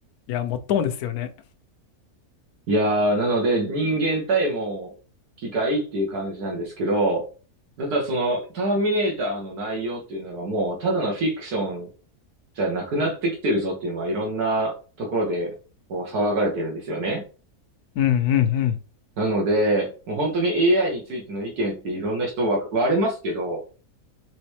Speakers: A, on the left; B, on the right.
A: いや、もっともですよね。
B: いやー、なので人間対もう機械っていう感じなんですけど、ただそのターミネーターの内容っていうのがもうただのフィクションじゃなくなってきてるぞっていうのはいろんなところでこう騒がれてるんですよね。
A: うんうんうん。
B: なので、もう本当に AI についての意見っていろんな人は割れますけど、